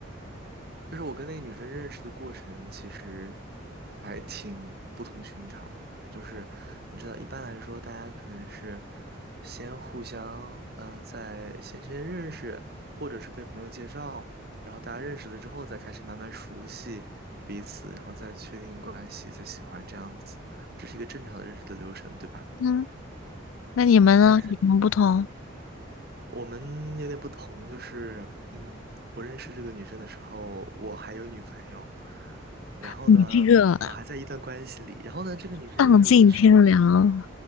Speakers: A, on the right; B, on the left.
A: 就是我跟那个女生认识的过程，其实还挺不同寻常的。就是你知道，一般来说，大家可能是先互相，嗯、呃在先先认识，或者是被朋友介绍，然后大家认识了之后，再开始慢慢熟悉彼此，然后再确定关系，再喜欢这样子，这是一个正常的认识的流程，对吧？
B: 嗯，那你们呢？
A: 但是。
B: 有什么不同？
A: 我们有点不同，就是，嗯，我认识这个女生的时候，我还有女朋友，然后呢，
B: 你这个
A: 我还在一段关系里，然后呢，这个女生认识我的时候，
B: 丧尽天良